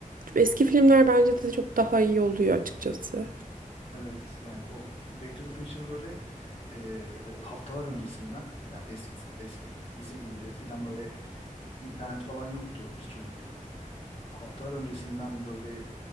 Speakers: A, on the right; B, on the left.
A: eski filmler bence de çok daha iyi oluyor açıkçası.
B: Evet yani o Back to the Future böyle e, haftalar öncesinden yani eskisin eski eskisi gibi eskiden böyle internet falan yoktu biz çocukken. Haftalar öncesinden böyle